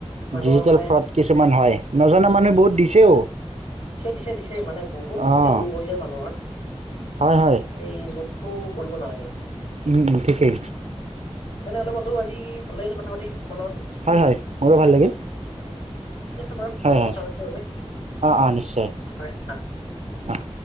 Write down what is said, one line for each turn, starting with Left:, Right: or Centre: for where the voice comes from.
Left: মানুহৰ
Right: ডিজিটেল
Left: মানে
Right: ফ্ৰড কিছুমান হয়। নজনা মানুহে বহুত দিছেও।
Left: পিছে দিছে দিছে মানে বহুত যেতিয়া
Right: অঁ
Left: লোভ হৈ যায় মানুহৰ
Right: হয় হয়
Left: এই লোভটো কৰিব নালাগে কিন্তু।
Right: উম ঠিকেই।
Left: তেনেহ'লে বন্ধু আজি ভাল লাগিলে কথা পাতি তোমাৰ লগত।
Right: হয় হয় মোৰো ভাল লাগিল
Left: <inaudible> ঠিক আছে বাৰু
Right: হয়
Left: পুনৰ
Right: হয়
Left: কথা পাতিম আমি।
Right: অঁ অঁ নিশ্চয়
Left: হয় হা।
Right: অহ।